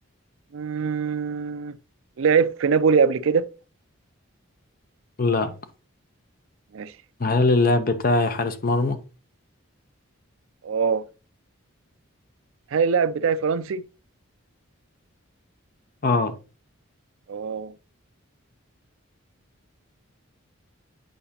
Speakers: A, on the right; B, on the left.
A: مم... لعب في نابولي قبل كده
B: لا
A: ماشي
B: هل اللاعب بتاعي حارس مرمى؟
A: اه هل اللاعب بتاعي فرنسي
B: اه
A: اه